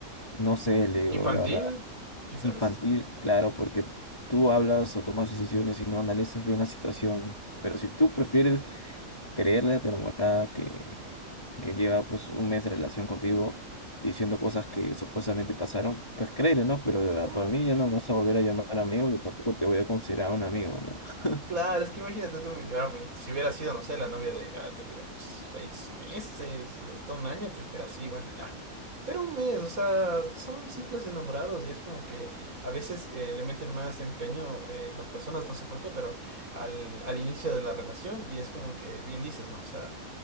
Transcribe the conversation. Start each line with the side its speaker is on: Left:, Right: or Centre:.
Left: no sé, le digo,
Right: ¿Infantil?
Left: la verdad.
Right: Quizás.
Left: Infantil, claro, porque tú hablas o tomas decisiones y no analizas bien la situación, pero si tú prefieres creerle a tu enamorada que, que lleva pues un mes de relación contigo diciendo cosas que supuestamente pasaron, pues créele, ¿no? Pero de-
Right: Oh,
Left: para mí ya no me vas a volver a llamar amigo y tampoco te voy a considerar un amigo, ¿no? <laughs>
Right: Claro, es que imagínate tú, ah, pues, si hubiera sido, no sé, la novia de Gato, digamos, seis meses, hasta un año, te dijera, sí, bueno, ya. Pero un mes, o sea, son simples enamorados y es como que a veces eh, le meten más empeño eh, las personas, no sé por qué, pero al, al inicio de la relación y es como que bien dices, ¿no? O sea,